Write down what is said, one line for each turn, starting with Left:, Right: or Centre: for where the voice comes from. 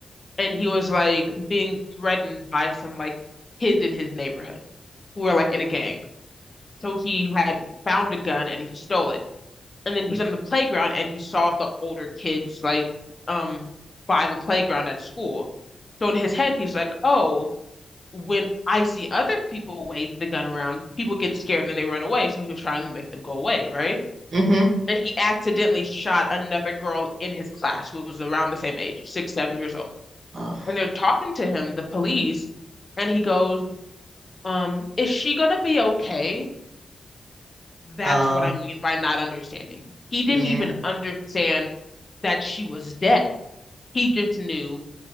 Left: and he was like being threatened by some like kids in his neighborhood who were like in a gang. So he had found a gun and he stole it. And then he's on the playground and he saw the older kids like um by the playground at school. So in his head he's like, "Oh, when I see other people wave the gun around, people get scared and they run away. So he was trying to make them go away, right?
Right: Mm-hmm.
Left: And he accidentally shot another girl in his class who was around the same age, six, seven years old.
Right: Oh,
Left: And they're talking to him, the police, and he goes, um, is she gonna be okay? That's
Right: oh,
Left: what I mean by not understanding. He didn't
Right: yeah.
Left: even understand that she was dead. He just knew